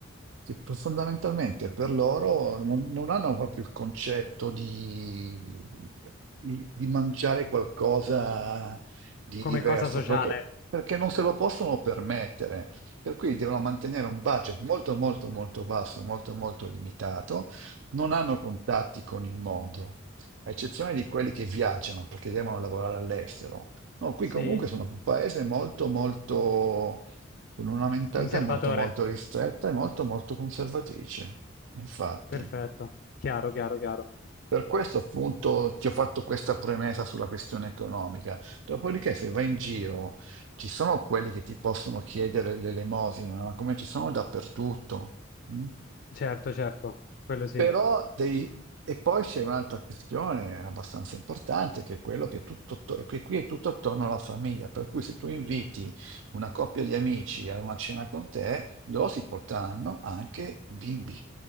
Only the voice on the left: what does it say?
Come
cosa sociale?
Sì,
conservatore.
Perfetto. Chiaro, chiaro, chiaro.
Certo, certo, quello sì.